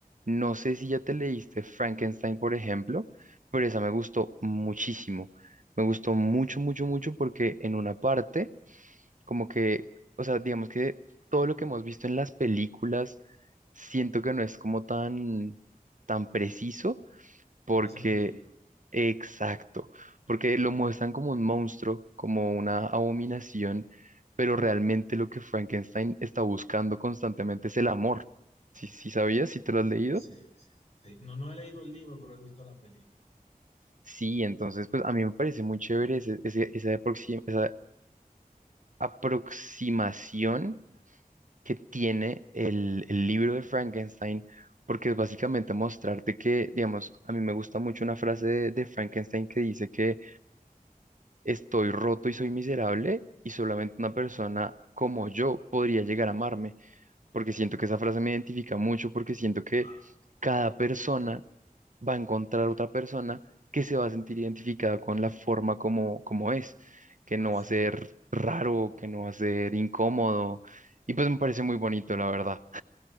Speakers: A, on the right; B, on the left.
A: No sé si ya te leíste Frankenstein, por ejemplo, pero esa me gustó muchísimo. Me gustó mucho, mucho, mucho porque en una parte, como que, o sea, digamos que todo lo que hemos visto en las películas, siento que no es como tan, tan preciso, porque,
B: como es en el libro.
A: exacto, porque lo muestran como un monstruo, como una abominación, pero realmente lo que Frankenstein está buscando constantemente es el amor. ¿Sí, sí sabías? ¿Sí te lo has leído?
B: Sí, sí, sí. No, no he leído el libro, pero he visto la película.
A: Sí, entonces, pues a mí me parece muy chévere ese- ese- esa, aproxi- esa aproximación que tiene el, el libro de Frankenstein, porque es básicamente mostrarte que, digamos, a mí me gusta mucho una frase de de Frankenstein que dice que estoy roto y soy miserable y solamente una persona como yo podría llegar a amarme, porque siento que esa frase me identifica mucho, porque siento que
B: Wow,
A: cada persona va a encontrar otra persona que se va a sentir identificada con la forma como, como es, que
B: así
A: no va a ser
B: mismo.
A: raro, que no va a ser incómodo, y pues me parece muy bonito, la verdad.